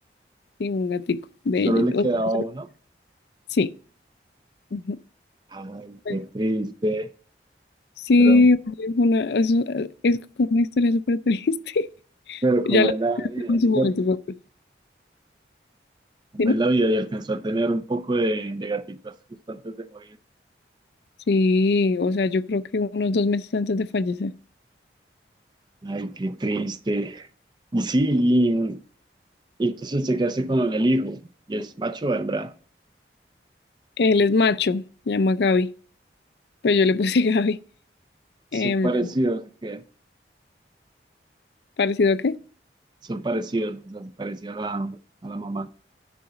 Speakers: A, on the left; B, on the right.
A: sí, un gatico de
B: solo
A: ella.
B: le
A: o
B: quedaba
A: sea,
B: uno.
A: sí. ujú.
B: Ay,
A: Bueno,
B: qué triste,
A: Sí,
B: pero,
A: es, una, es, es como una historia súper triste. <laughs>
B: pero como
A: Ya la
B: es la vida,
A: en su
B: ¿cierto?
A: momento, fue-
B: Como
A: ¿sí, no?
B: es la vida y alcanzó a tener un poco de, de gatitas justo antes de morir.
A: Sí, o sea, yo creo que unos dos meses antes de fallecer.
B: Ay, qué triste. Y sí, y, y entonces se hace con el hijo, y es macho o hembra.
A: Él es macho, se llama Gaby, pero yo le puse <laughs> Gaby. Em,
B: Son parecidos, ¿sí que
A: ¿parecido a qué?
B: son parecidos, o sea, se parecía a la, a la mamá.